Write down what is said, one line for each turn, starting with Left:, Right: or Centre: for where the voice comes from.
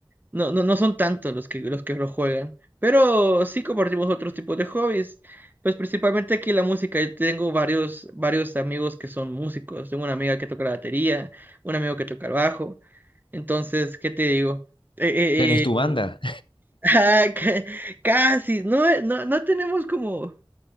Right: no, no, no son tantos los que, los que lo juegan, pero sí compartimos otros tipos de hobbies. Pues principalmente aquí la música. Yo tengo varios, varios amigos que son músicos. Tengo una amiga que toca la batería, un amigo que toca el bajo. Entonces, ¿qué te digo? Eh,
Left: ¿Tenés tu
Right: eh,
Left: banda?
Right: eh, <laughs> ah, ca- casi, no, eh, no, no tenemos como,